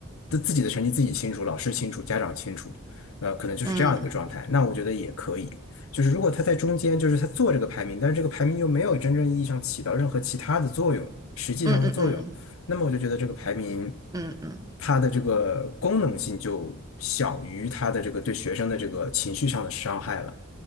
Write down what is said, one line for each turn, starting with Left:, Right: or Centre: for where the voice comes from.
Left: 自自己的成绩自己清楚，老师清楚，家长清楚，呃，可能就是这样一个状态。
Right: 嗯
Left: 那我觉得也可以，就是如果他在中间，就是他做这个排名，但是这个排名又没有真正意义上起到任何其他的作用，实际上的作用，
Right: 嗯嗯嗯
Left: 那么我就觉得这个排名
Right: 嗯嗯。
Left: 它的这个功能性就小于它的这个对学生的这个情绪上的伤害了。